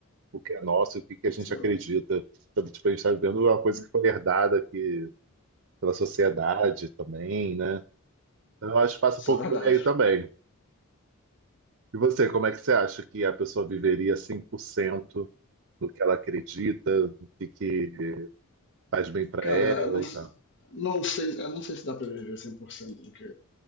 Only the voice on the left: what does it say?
Isso,
é-
isso
é verdade.
Cara,
não,
não sei, eu não sei se dá pra viver 100% do que